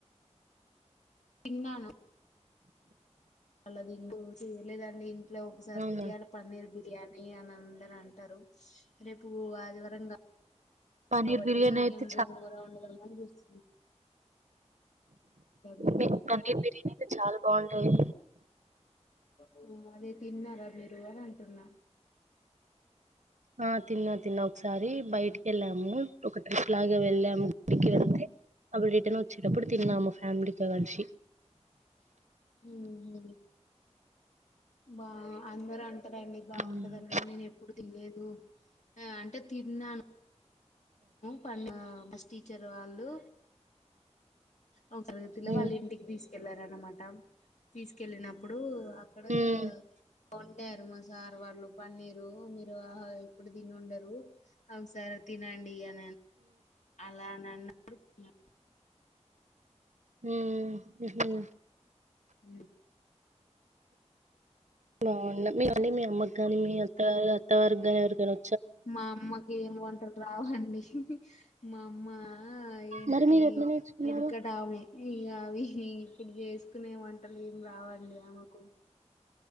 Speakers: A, on the left; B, on the right.
A: <unintelligible> అలా తిను చేయలేదండి ఇంకా ఒకసారియాాల
B: అవునా
A: పన్నీర్ బిర్యానీ అని అందరూ అంటారు రేపు ఆదివారం
B: పన్నీర్
A: కాబట్టి
B: బిర్యానీ
A: చికెన్
B: అయితే
A: గోంగోర వుండుదాం అని చూస్తున్నాం మీరు
B: మీర్ పన్నీర్ బిర్యానీ అయితే చాలా బాగుంటాది
A: ఓ అదే తిన్నారా మీరు అని అంటున్న
B: ఆ తిన్నా తిన్నా ఒకసారి బయటికి వెళ్ళాము ఒక ట్రిప్ లాగా వెళ్ళాము అక్కడికి వెళ్తే అప్పుడు రీటన్ వచ్చిటప్పుడు తిన్నాము
A: ఉమ్.
B: ఫ్యామిలీతో కలిసి
A: ఉహు బా అందర అంట అండి బాగుంటుదని
B: ఉమ్
A: నేను ఎప్పుడు లేదు అంటే తిన్నాను మొన్న పస్ టీచర్ వాళ్ళు అవసరతిలో
B: ఉమ్
A: వాళ్ళ ఇంటికి తీసుకు ఆదిన్నమాట తీసుకెళ్ళినప్పుడు అక్కడ
B: ఉమ్
A: పండారు మా సార్ వాళ్ళు పన్నీరు మీరు ఎప్పుడు తినిండరు సరే తినండి అ అలా అ నన్నపూడు
B: హమ్ ఉహు
A: అ
B: న్న మీ కానీ మీ అమ్మ కాని అత్త వారికి కానీ ఎవరికి అయినా
A: మా అమ్మకి ఏం వంట అక్కడ రావండి మా అమ్మ ఆ ఏంటిది
B: మరి మీరు ఎట్లా నేర్చుకున్నారు
A: ఎడకడా ఆమె ఇ అవి ఇక్కడ చేసుకునే వంటలు ఏం రావండి ఆమెకు